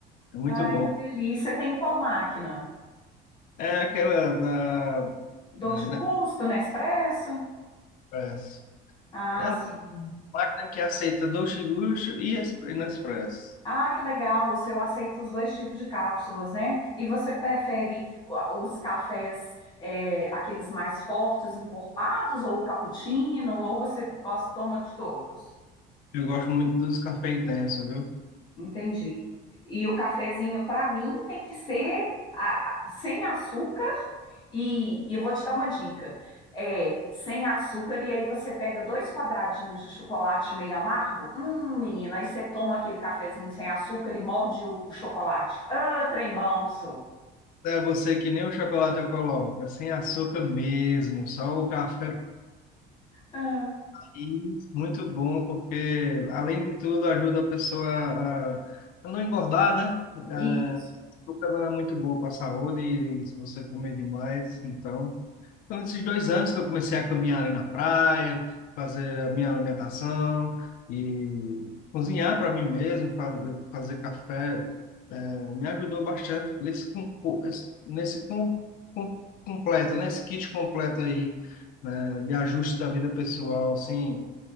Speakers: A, on the left (about 50°); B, on the left (about 25°).
A: É muito
B: Ai,
A: bom.
B: que delícia! Tem qual máquina?
A: É aquela da
B: Dolce Gusto,
A: é,
B: Nespresso?
A: Nespresso.
B: Ah,
A: É
B: sim.
A: uma máquina que aceita Dolce Gusto e Exp- e Nespresso.
B: Ah, que legal. O seu aceita os dois tipos de cápsulas, né? E você prefere o- os cafés, é, aqueles mais fortes, encorpados, ou o cappuccino, ou você gosta, toma de todos?
A: Eu gosto muito dos cafés intenso viu?
B: Entendi. E o cafezinho, para mim, tem que ser a- a- sem açúcar E, e eu vou te dar uma dica. É, sem açúcar, e aí você pega dois quadradinhos de chocolate meio amargo. Hum, menino, aí você toma aquele cafezinho sem açúcar e morde o, o chocolate. Ah, trem bom, sou.
A: É você que nem o chocolate eu coloco, é sem açúcar mesmo, só o café.
B: Ah,
A: E Muito bom, porque além de tudo ajuda a pessoa a, a não engordar, né? A,
B: isso.
A: açúcar não é muito bom para a saúde, e se você comer demais, então. Então esses dois anos que eu comecei a caminhar ali na praia, fazer a minha alimentação e cozinhar para mim mesmo, fa- fazer café. É, me ajudou bastante com esse, compo- esse- nesse com, com- completo, nesse kit completo aí, né, de ajuste da vida pessoal, assim,